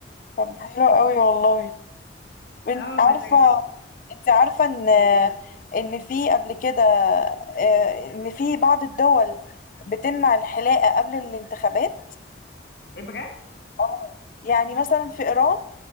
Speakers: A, on the left (about 50°); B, on the left (about 65°).
A: طب ده حلو قوي والله انت
B: اه
A: عارفة
B: ولا
A: انت عارفة ان ان في قبل كده آه، ان في بعض الدول بتمنع الحلاقة قبل الانتخابات
B: بجد
A: اه يعني مثلا في إيران